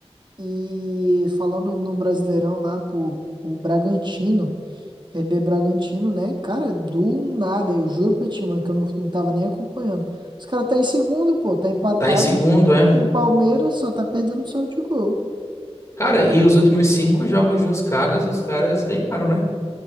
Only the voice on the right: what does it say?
E falando no Brasileirão lá, pô, o Bragantino. RB Bragantino, né? Cara, do nada, eu juro pra ti, mano, que eu não, não tava nem acompanhando. Os caras tá em segundo, pô, tá empatado
com
com o Palmeiras, só tá perdendo saldo de gol.